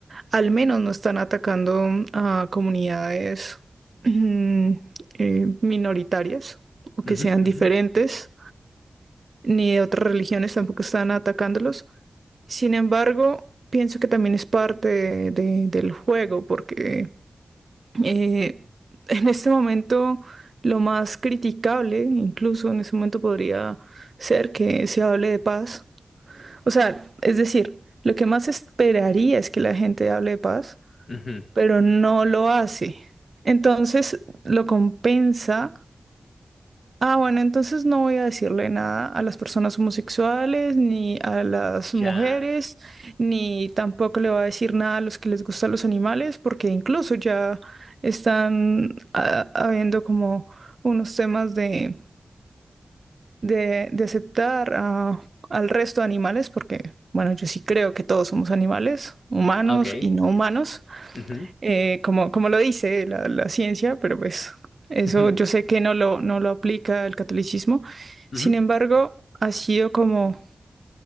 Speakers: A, on the right; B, on the left.
A: Al menos no están atacando a comunidades <clears throat> mm, eh, minoritarias o que
B: Ujú,
A: sean
B: ujú,
A: diferentes ni de otras religiones tampoco están atacándolos. Sin embargo, pienso que también es parte de- de- del juego, porque eh, <laughs> en este momento lo más criticable, incluso en este momento podría ser que se hable de paz. O sea, es decir, lo que más esperaría es que la gente hable de paz,
B: ujú.
A: pero no lo hace. Entonces lo compensa Ah, bueno, entonces no voy a decirle nada a las personas homosexuales, ni a las mujeres,
B: Ya.
A: ni tampoco le voy a decir nada a los que les gustan los animales, porque incluso ya están ah, habiendo como unos temas de, de, de aceptar a- al resto de animales, porque, bueno, yo sí creo que todos somos animales, humanos
B: ah, Ok.
A: y no humanos
B: Ujú,
A: eh, como, como lo dice la, la ciencia, pero pues eso
B: ujú,
A: yo sé que no lo, no lo aplica el catolicismo.
B: ujú.
A: Sin embargo, ha sido como,